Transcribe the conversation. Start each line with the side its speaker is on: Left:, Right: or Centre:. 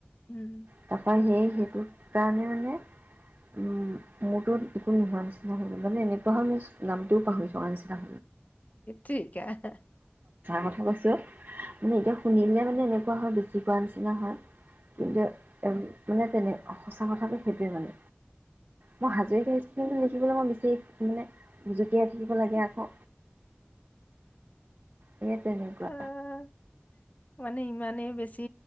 Left: উম!
Right: তাৰপৰা সেই সেইটো কাৰণে মানে উম, মোৰতো একো নোহোৱা নিচিনা হৈ গল। মানে এনেকুৱা হয়, মোৰ নামটোও পাহৰি থোৱা নিচি সচাঁ
Left: ঠিকে
Right: কথা কৈছো অ' মানে, এতিয়া শুনিলে মানে এনেকুৱা হয় জিকোৱা নিচিনা হয়। কিন্তু, মানে তেনে, সঁচা কথাটো সেইটোৱে মানে। মই হাজৰিকা আহিছিলো কিন্তু লিখিবলৈ মই বিশ মানে জুতিয়াই থাকিব লাগে আকৌ এই তেনেকুৱা
Left: আহ, মানে ইমানেই বেছি